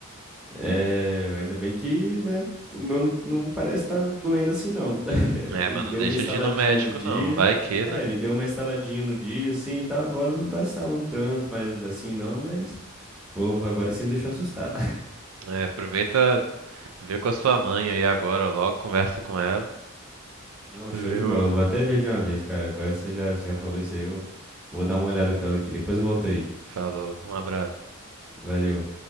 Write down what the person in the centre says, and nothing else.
é... ainda bem que, né, o meu não, não parece estar doendo assim, não. <laughs>
Ele
deu
uma estaladinha
no dia,
é,
ele deu uma estaladinha no dia, assim, e tal, agora não tá estalando tanto, mas assim, não, mas... Vou, agora você me deixou assustado. <laughs>
Não, show
de bola, vou até ver de uma vez, cara, agora você já, já falou isso aí, eu vou dar uma olhada com ela aqui, depois eu volto aí.
Valeu.